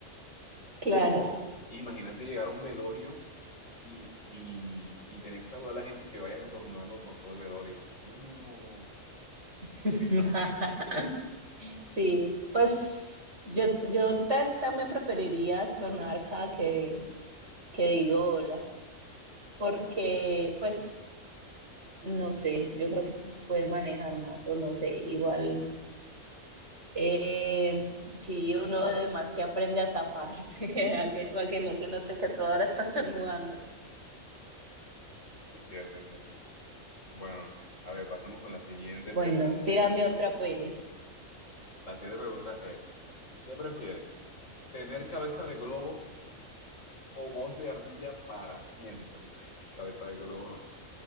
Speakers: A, on the right; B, on the left.
A: Claro.
B: No, imagínate llegar a un velorio y, y, y tener que saludar a la gente y que vayas estornudando por todo el velorio. No, no, no, no,
A: <laughs>
B: terrible, ¿no?
A: Sí, pues yo, yo ta- también preferiría estornudar cada que, que digo hola, porque pues no sé, yo creo que puede manejar más o no sé, igual Eh, sí, uno además que aprende a taparse, <laughs> a que, a que no se note que tú ahora estás estornudando.
B: Es cierto, es cierto. Bueno, a ver, pasemos con la siguiente
A: Bueno,
B: pregunta.
A: tírame otra pues.
B: La siguiente pregunta es, ¿qué prefieres? ¿Tener cabeza de globo o voz de ardilla para siempre? <laughs> ¿Qué cabeza de globo?